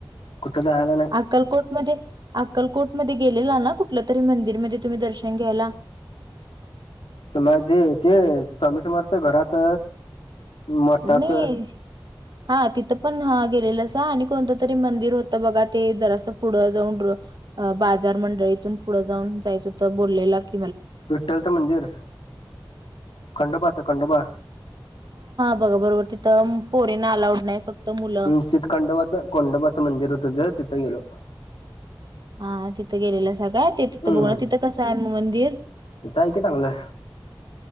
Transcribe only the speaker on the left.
कुठं जायला नाही.
सु माजे जे स्वामी समर्थ घरात मठात
विठ्ठलचं मंदिर खंडोबाचं खंडोबा
हम् चित खंडोबाच खंडोबाच मंदिर होत तिथ गेलो
हम्म
तिथं आहे की चांगलं